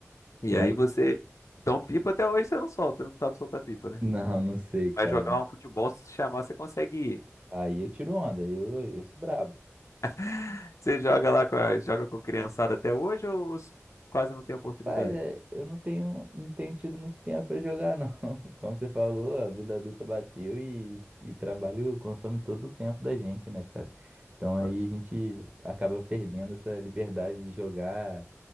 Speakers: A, on the left; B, on the right.
A: E
B: Mas
A: aí você. Então, pipa até hoje você não solta, não sabe soltar pipa, né?
B: não, não sei, cara.
A: Vai jogar um futebol, se chamar, você consegue ir.
B: Aí eu tiro onda, eu, eu sou brabo.
A: <laughs> Você joga lá com a, joga com criançada até hoje ou s- quase não tem oportunidade?
B: Rapaz, é, eu não tenho, não tenho tido muito tempo pra jogar, não. <laughs> Como você falou, a vida adulta bateu e, e o trabalho consome todo o tempo da gente, né, cara? Então aí
A: Vai
B: a gente acaba perdendo essa liberdade de jogar,